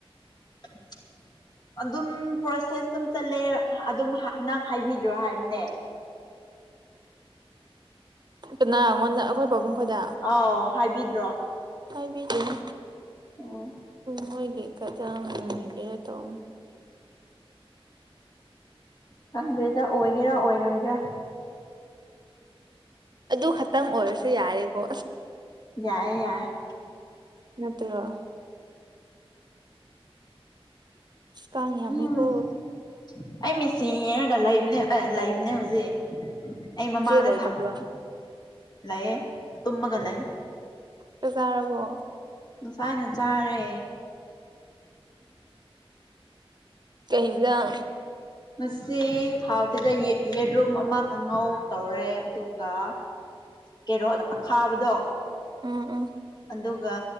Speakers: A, on the left; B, on the right.
A: <unintelligible> ꯑꯗꯨꯝ ꯄ꯭ꯔꯣꯁꯦꯁ ꯑꯗꯨꯝ ꯆꯠꯂꯦ ꯑꯗꯨꯝ ꯅꯪ ꯍꯥꯏꯕꯤꯗ꯭ꯔꯣ ꯍꯥꯏꯕꯅꯦ
B: ꯀꯅꯥꯉꯣꯟꯗ ꯑꯩꯈꯣꯏ ꯄꯥꯕꯨꯡ ꯈꯣꯏꯗ
A: ꯑꯥꯎ ꯍꯥꯏꯕꯤꯗ꯭ꯔꯣ
B: ꯍꯥꯏꯕꯤꯗꯦꯍꯦ
A: ꯑꯣ
B: ꯃꯣꯏꯒꯤ ꯈꯤꯇꯪꯒꯦꯅ ꯇꯧ
A: ꯀꯪꯗꯦꯗ ꯑꯣꯏꯒꯦꯔꯥ ꯑꯣꯏꯔꯣꯏꯔꯥ
B: ꯑꯗꯨ ꯈꯛꯇꯪ ꯑꯣꯏꯔꯁꯨ ꯌꯥꯔꯦꯀꯣ
A: ꯌꯥꯏꯑꯦ ꯌꯥꯏꯑꯦ
B: ꯅꯠꯇ꯭ꯔꯣ ꯀꯥꯡ ꯌꯝꯃꯦ
A: ꯎꯝ
B: ꯀꯣ
A: ꯑꯩ ꯃꯤꯆꯤ ꯌꯦꯔꯒ ꯂꯩꯕꯅꯦ ꯂꯩꯕꯅꯦ ꯍꯧꯖꯤꯛ ꯑꯩ ꯃꯃꯥꯡꯗ
B: ꯏꯆꯦ ꯂꯩꯇꯕ꯭ꯔꯣ
A: ꯊꯝ ꯂꯩꯌꯦ ꯇꯨꯃꯒꯂꯩ
B: ꯆꯥꯛ ꯆꯥꯔꯕꯣ
A: ꯉꯁꯥꯏꯅ ꯆꯥꯔꯦ
B: ꯀꯩ ꯍꯤꯟꯖꯥꯡ
A: ꯉꯥꯁꯤ ꯍꯥꯎꯇꯦꯗ ꯌꯦꯟ ꯌꯦꯔꯨꯝ ꯑꯃ ꯀꯥꯡꯉꯧ ꯇꯧꯔꯦ ꯑꯗꯨꯒ ꯀꯦꯔꯣꯠ ꯑꯈꯥꯕꯗꯣ
B: ꯎꯝ ꯎꯝ
A: ꯑꯗꯨꯒ